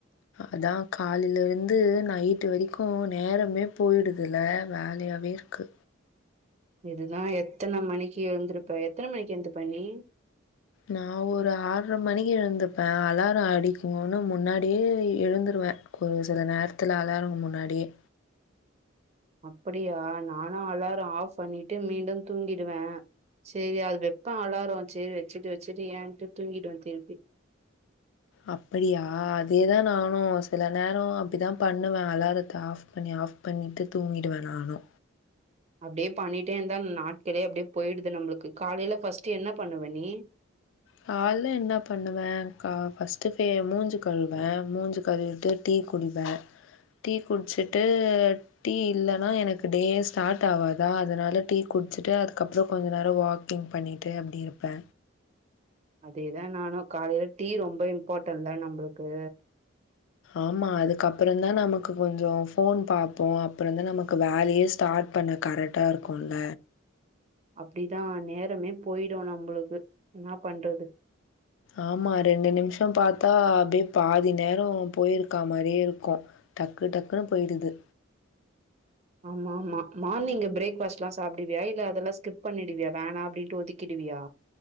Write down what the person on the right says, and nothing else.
இதுதா எத்தன மணிக்கு எழுந்ருப்ப எத்தன மணிக்கு எந்துப்ப நீ
அப்பிடியா நானு அலாரொ ஆஃப் பண்ணிட்டு மீண்டு தூங்கிடுவே சேரி அது வெப்பொ அலாரொ சேரி வெச்சிட்டு வெச்சிட்டு ஏன்ட்டு தூங்கிடுவே திருப்பி
அப்டியே பண்ணிட்டே இந்தா நாட்கெளே அப்டியே பொயிடுது நம்ளுக்கு காலைல ஃபஸ்ட்டு என்ன பண்ணுவ நீ
அதேதா நானு காலைல டீ ரொம்ப இம்பார்ட்டன்ல நம்ப்ளுக்கு
அப்டிதா நேர் ரமே பொயிடு நம்ப்ளுக்கு என்னா பண்றது
ஆமா ஆமா மார்னிங்கு பிரேக்ஃபாஸ்ட்லா சாப்டுவியா இல்ல அதெல்லா ஸ்கிப் பண்ணிடுவியா வேணா அப்டின்ட்டு ஒதிக்கிடுவியா